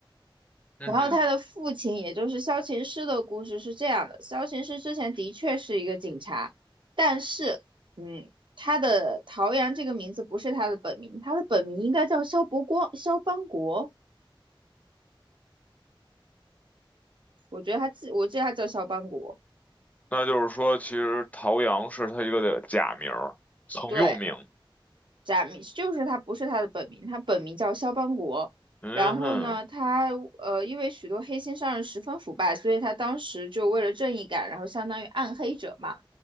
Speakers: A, on the left; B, on the right.
A: 嗯哼，
B: 然后他的父亲，也就是萧琴师的故事是这样的：萧琴师之前的确是一个警察，但是嗯，他的陶阳这个名字不是他的本名，他的本名应该叫萧伯光、萧邦国。我觉得他记，我记得他叫萧邦国。
A: 那就是说，其实陶阳是他一个的假名儿，曾用名。
B: 对，假名就是他不是他的本名，他本名叫肖邦国。
A: 嗯哼。
B: 然后呢，他呃，因为许多黑心商人十分腐败，所以他当时就为了正义感，然后相当于暗黑者嘛，